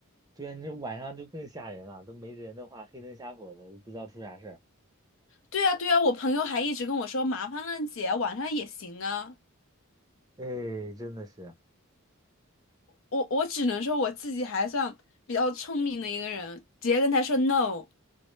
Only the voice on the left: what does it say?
对啊，对啊，我朋友还一直跟我说，麻烦了姐，晚上也行啊。
我我只能说我自己还算比较聪明的一个人，直接跟他说 no。